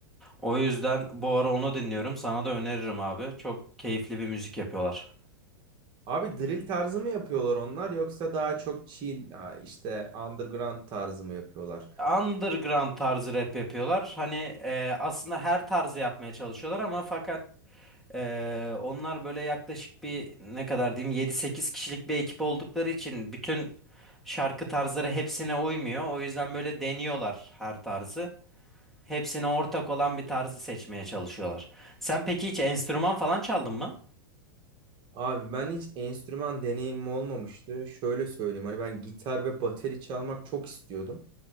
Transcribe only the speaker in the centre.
O yüzden bu ara onu dinliyorum. Sana da öneririm abi. Çok keyifli bir müzik yapıyorlar.
Underground tarzı rap yapıyorlar. Hani e, aslında her tarzı yapmaya çalışıyorlar ama fakat e, onlar böyle yaklaşık bir ne kadar diyeyim Yedi sekiz kişilik bir ekip oldukları için bütün şarkı tarzları hepsine uymuyor. O yüzden böyle deniyorlar her tarzı. Hepsine ortak olan bir tarzı seçmeye çalışıyorlar. Sen peki hiç enstrüman falan çaldın mı?